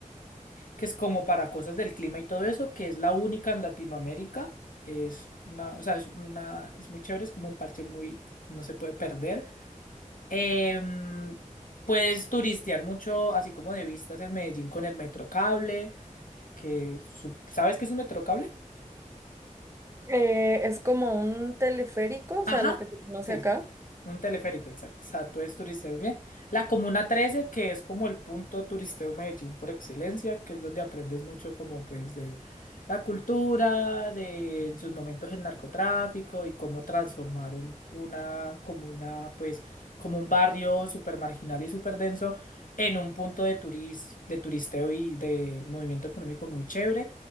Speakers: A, on the left; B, on the right.
A: que es como para cosas del clima y todo eso, que es la única en Latinoamérica. Es una, o sea, es una, es muy chévere, es como un parche muy, no se puede perder. Em, puedes turistear mucho, así como de vistas en Medellín con el Metrocable, que su- ¿sabes qué es un Metrocable?
B: Eh, es como un teleférico, o
A: Ajá,
B: sea, lo que se conoce
A: sí,
B: acá.
A: sí, un teleférico, exacto. O sea, puedes turistear muy bien. La Comuna Trece, que es como el punto turisteo Medellín por excelencia, que es donde aprendes mucho como pues de la cultura, de en sus momentos el narcotráfico y cómo transformaron una comuna, pues como un barrio súper marginal y súper denso en un punto de turis, de turisteo y de movimiento económico muy chévere.